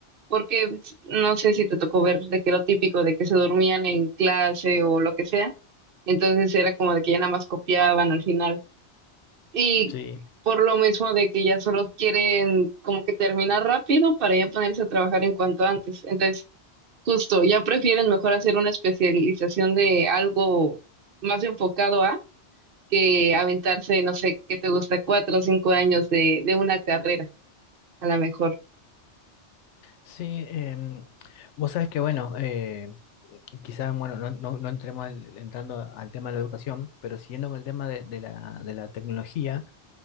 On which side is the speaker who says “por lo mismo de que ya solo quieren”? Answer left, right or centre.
Right